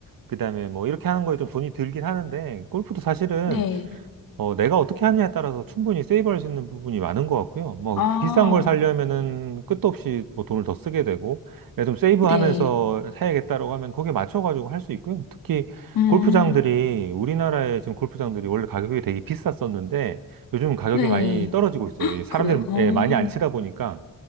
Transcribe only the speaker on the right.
그 다음에 뭐 이렇게 하는 거에 좀 돈이 들긴 하는데, 골프도 사실은
어, 내가 어떻게 하느냐에 따라서 충분히 세이브할 수 있는 부분이 많은 것 같고요. 뭐,
비싼 걸 사려면은 끝도 없이 뭐 돈을 더 쓰게 되고, 내가 좀 세이브하면서
사야겠다라고 하면 거기에 맞춰가지고 할 수 있고요. 특히
골프장들이, 우리나라의 지금 골프장들이 원래 가격이 되게 비쌌었는데, 요즘 가격이
많이 떨어지고 있어요. 이 사람들이
예, 많이 안 치다 보니까,